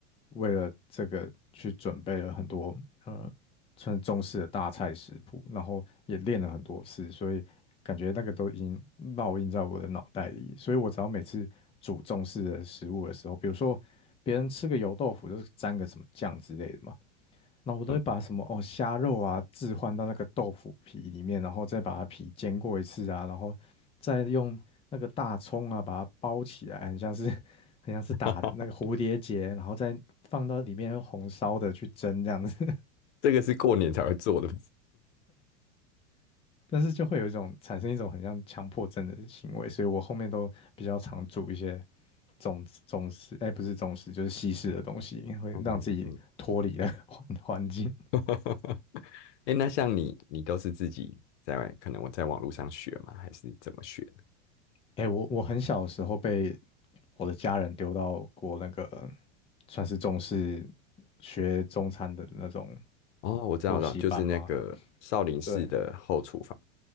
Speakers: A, on the left; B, on the left.
A: 为了这个去准备了很多呃穿中式的大菜食谱，然后也练了很多次，所以感觉那个都已经烙印在我的脑袋里。所以我只要每次煮中式的食物的时候，比如说别人吃个油豆腐就是沾个什么酱之类的嘛，那我都会把什么哦虾肉啊置换到那个豆腐皮里面，
B: 嗯，
A: 然后再把它皮煎过一次啊，然后再用那个大葱啊把它包起来，很像是 <laughs> 很像是打那个蝴蝶结，
B: <laughs>
A: 然后再放到里面用红烧的去蒸这样子。
B: 这个是过年才会做的。
A: 但是就会有一种产生一种很像强迫症的行为，所以我后面都比较常煮一些总总种食，哎，不是总食，就是西式的东西，会让自己脱离了
B: 嗯嗯，
A: <laughs> 环环境。
B: <laughs> 哎那像你，你都是自己在外可能我在网络上学吗？还是怎么学的？
A: 哎，我我很小的时候被我的家人丢到过那个算是重视学中餐的那种
B: 哦，我知道，
A: 补习班吗？
B: 我知道，就是那个少林寺的后厨房，
A: 对，